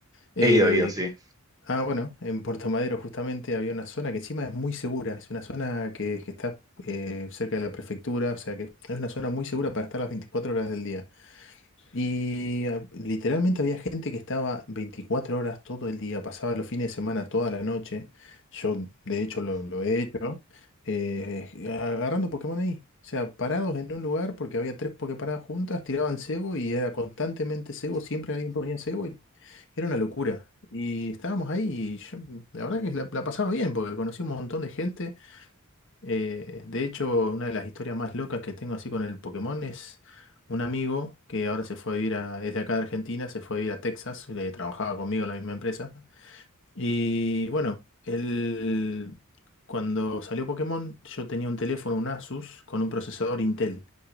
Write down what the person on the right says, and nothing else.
He ido, he ido, sí,